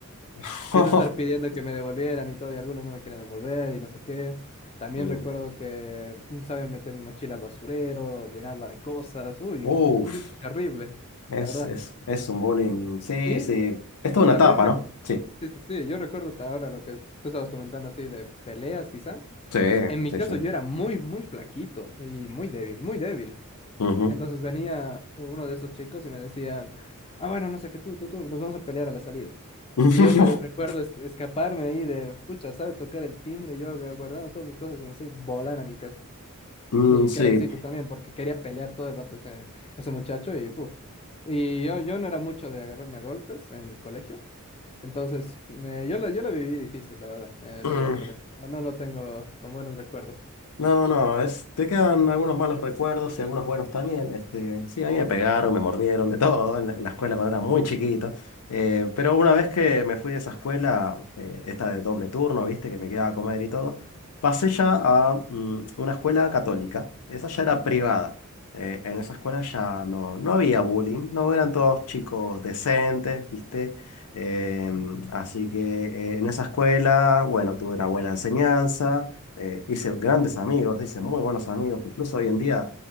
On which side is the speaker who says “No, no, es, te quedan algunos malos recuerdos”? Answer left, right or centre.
Left